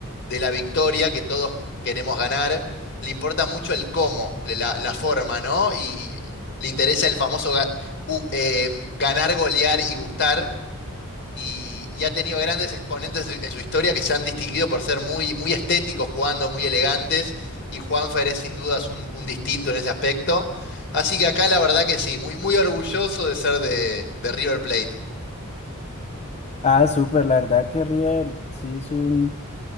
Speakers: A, on the left; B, on the left.
A: de la victoria que todos queremos ganar, le importa mucho el cómo, le- la, la forma, ¿no? Y, y le interesa el famoso ga- ju- eh, ganar, golear y gustar y, y ha tenido grandes exponentes en su en su historia que se han distinguido por ser muy, muy estéticos jugando, muy elegantes, y Juanfer es sin dudas un, un distinto en ese aspecto. Así que acá la verdad que sí, muy, muy orgulloso de ser de, de River Plate.
B: Ah, súper, la verdad que River sí es un,